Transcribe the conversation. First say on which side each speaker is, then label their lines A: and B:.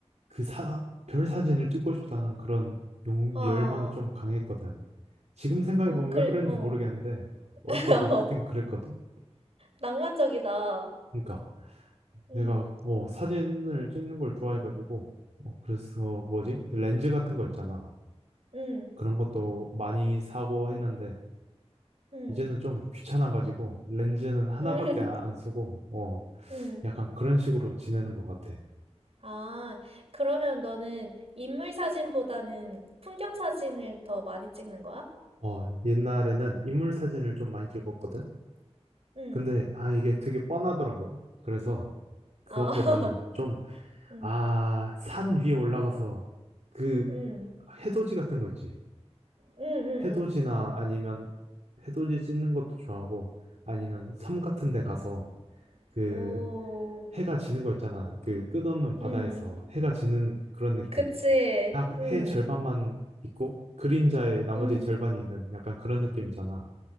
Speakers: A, on the right; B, on the right.
A: 그 사, 별 사진을 찍고 싶다는 그런 용,
B: 아,
A: 열망이 좀 강했거든. 지금 생각해보면
B: 어, 그래,
A: 왜 그런지
B: 어.
A: 모르겠는데, 어쨌든
B: <laughs> 어,
A: 그땐 그랬거든.
B: 낭만적이다.
A: 그러니까
B: 응,
A: 내가 어, 사진을 찍는 걸 좋아해가지고, 어, 그래서 뭐지? 그 렌즈 같은 거 있잖아.
B: 응,
A: 그런 것도 많이 사고 했는데,
B: 응,
A: 이제는 좀 귀찮아가지고, 렌즈는 하나밖에
B: 응,
A: 안 쓰고, 어,
B: 응.
A: 약간 그런 식으로 지내는 것 같아.
B: 아, 그러면 너는 인물 사진보다는 풍경 사진을 더 많이 찍는 거야?
A: 어, 옛날에는 인물 사진을 좀 많이 찍었거든?
B: 응,
A: 근데, 아, 이게 되게 뻔하더라고. 그래서, 그것보다는
B: 아,
A: 좀,
B: <laughs> 응,
A: 아, 산 위에 올라가서, 그,
B: 응,
A: 해돋이 같은 거 있지.
B: 응, 응,
A: 해돋이나 아니면, 해돋이 찍는 것도 좋아하고, 아니면 섬 같은 데
B: 응.
A: 가서, 그,
B: 오, 오,
A: 해가 지는 거 있잖아. 그 끝없는
B: 응.
A: 바다에서 해가 지는 그런 느낌.
B: 그치.
A: 딱
B: 응,
A: 해 절반만 있고, 그림자의 나머지
B: 응,
A: 절반이 있는 약간 그런 느낌 있잖아.